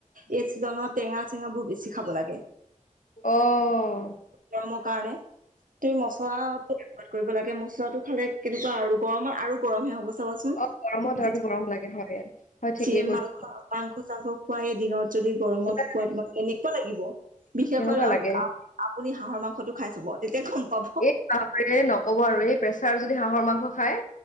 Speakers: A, on the left; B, on the right.
A: উ <unintelligible>
B: এই চিজনত টেঙা চেঙাবোৰ বেছি খাব লাগে।
A: অহ।
B: গৰমৰ কাৰণে তুমি মছলা। কৰিব লাগে মছলাটো খালে কেনেকুৱা আৰু গৰমৰ আৰু গৰমহে হ'ব। চাবা চোমি
A: অ গৰমত আৰু গৰম লাগে হয় হয় ঠিকেই
B: যে
A: কৈছে
B: মং মাংঘ চা। খুৱাই দিনত যদি গৰমত
A: ওলাই
B: খোৱা তোমাৰ কেনেকুৱা লাগিব বিশেষকৈ
A: কেনেকুৱা লাগে
B: আপুনি। হাঁহৰ মাংসটো খাই চাব তেতিয়া গম। পাব
A: এই বাৰে নকব আৰু এই প্ৰেছাৰ যদি হাঁহৰ মাংস খায়।